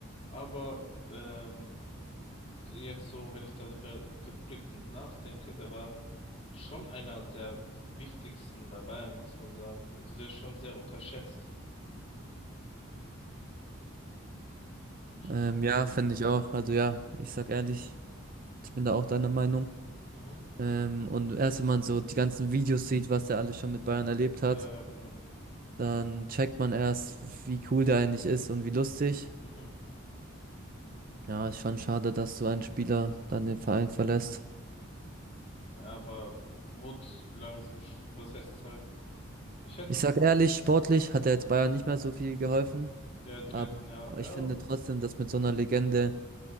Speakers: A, on the left; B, on the right.
A: Aber ähm, jetzt so, wenn ich darüber rückblickend nachdenke, der war schon einer der wichtigsten bei Bayern, muss man sagen. Also der ist schon sehr unterschätzt. Stimmst
B: Ähm,
A: du?
B: ja, finde
A: dazu?
B: ich auch. Also ja, ich sag ehrlich, ich bin da auch deiner Meinung.
A: Mhm.
B: Ähm, und erst wenn man so die ganzen Videos sieht, was der alles schon mit Bayern erlebt
A: Ja,
B: hat,
A: genau.
B: dann checkt man erst, wie cool der eigentlich ist und wie lustig.
A: Mhm.
B: Ja, ist schon schade, dass so ein Spieler dann den Verein verlässt.
A: Ja, aber wurde langsam, sch- was heißt, halt- ich hätte
B: Ich sag ehrlich, sportlich hat er jetzt Bayern nicht mehr so viel geholfen,
A: Ja, die
B: aber
A: letzten Jahre,
B: ich
A: ja,
B: finde trotzdem, dass mit so einer Legende